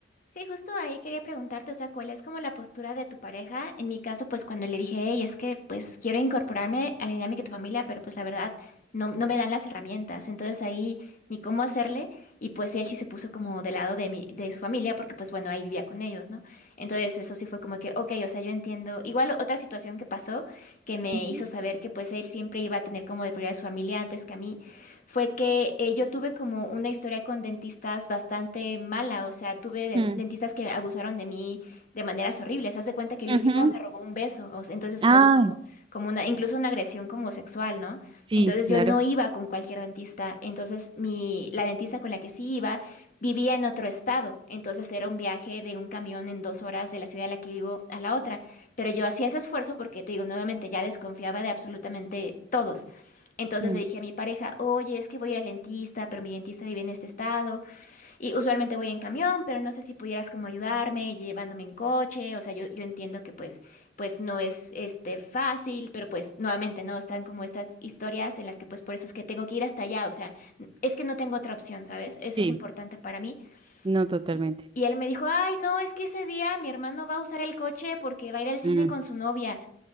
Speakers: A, on the left; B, on the right.
A: Sí, justo ahí quería preguntarte, o sea, ¿cuál es como la postura de tu pareja? En mi caso, pues cuando le dije, hey, es que pues quiero incorporarme a la dinámica de tu familia, pero pues la verdad no, no me dan las herramientas, entonces ahí ni cómo hacerle, y pues él sí se puso como del lado de mi, de su familia, porque pues bueno, ahí vivía con ellos, ¿no? Entonces eso sí fue como que, ok, o sea, yo entiendo, igual otra situación que pasó que me
B: Ujú.
A: hizo saber que pues él siempre iba a tener como de prioridad a su familia antes que a mí, fue que eh, yo tuve como una historia con dentistas bastante mala, o sea, tuve de-
B: Mm.
A: dentistas que abusaron de mí de maneras horribles. Haz de cuenta que el
B: Ujú.
A: último me robó un beso, o sea, entonces
B: Ay,
A: fue como, como una, incluso una agresión como sexual, ¿no?
B: sí,
A: Entonces
B: claro.
A: yo no iba con cualquier dentista, entonces mi, la dentista con la que sí iba vivía en otro estado, entonces era un viaje de un camión en dos horas de la ciudad en la que vivo a la otra, pero yo hacía ese esfuerzo porque te digo, nuevamente ya desconfiaba de absolutamente todos. Entonces
B: Mm.
A: le dije a mi pareja, oye, es que voy a ir al dentista, pero mi dentista vive en este estado y usualmente voy en camión, pero no sé si pudieras como ayudarme llevándome en coche, o sea, yo, yo entiendo que pues, pues no es este fácil, pero pues nuevamente no están como estas historias en las que pues por eso es que tengo que ir hasta allá, o sea, n- es que no tengo otra opción, ¿sabes? Eso
B: Sí,
A: es importante para mí.
B: no totalmente.
A: Y y él me dijo, ay, no, es que ese día mi hermano va a usar el coche porque va a ir al cine
B: Mm,
A: con su novia.